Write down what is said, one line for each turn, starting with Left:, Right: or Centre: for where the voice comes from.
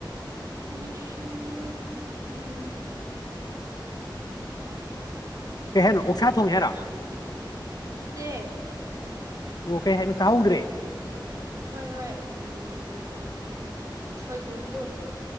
Right: ꯉꯁꯤ ꯎꯝ
Left: ꯀꯩ ꯍꯥꯏꯅꯣ ꯑꯣꯛꯁꯥ ꯊꯣꯡꯉꯦ ꯍꯥꯏꯔꯥ
Right: ꯅꯠꯇꯦ
Left: ꯑꯣ ꯀꯩ ꯍꯥꯏꯕꯅꯣ ꯇꯥꯍꯧꯗ꯭ꯔꯦ
Right: ꯍꯣꯏ ꯍꯣꯏ ꯎꯝ ꯁꯣꯏꯕꯨꯝꯗꯣ